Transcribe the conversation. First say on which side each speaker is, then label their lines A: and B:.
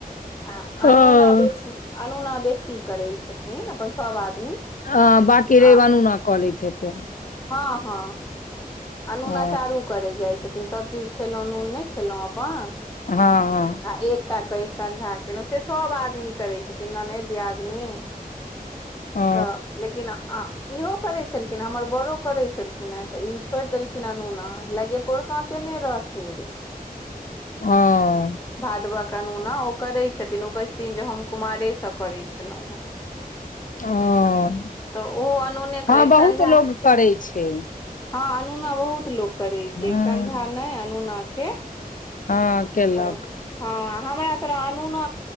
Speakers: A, on the left (about 15°); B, on the left (about 60°).
A: आ
B: हँ
A: अनुना बेसी अनुना बेसी करै छथिन अपन सभ आदमी।
B: हँ बकी रैब
A: आ
B: अनुना कऽ लैत हेतै।
A: हँ हँ अनुना
B: ओ
A: चारू करै जाइ छेथ थिन सभ चीज खेलहुँ नून नहि खेलहुँ अपन
B: हँ ह।
A: आ एकटा कऽ एक सनझा केलहुँ से सभ आदमी करै छथिन ननेद दियादनी।
B: ओ
A: सब लेकिन इहो करै छलखिन हमर बड़ो करै छलखिन हे तऽ ई छोड़ि देलखिन अनुना लएगे पोरका केने रहथिन गे
B: हँ।
A: भादवक अनुना ओ करै छथिन ओ कहैत छथिन जे हम कुमारेसँ करै छलहुँ हेँ।
B: ओ
A: तऽ ओहो अनूने
B: हँ
A: करै
B: बहुत
A: एकसनझा।
B: लोग करै छै।
A: हँ अनुना बहुत लोक करै
B: हँ
A: छै एक समझा नहि अनुना के
B: हँ केेलक।
A: हँ हँ आ हमरा तोरा अनुना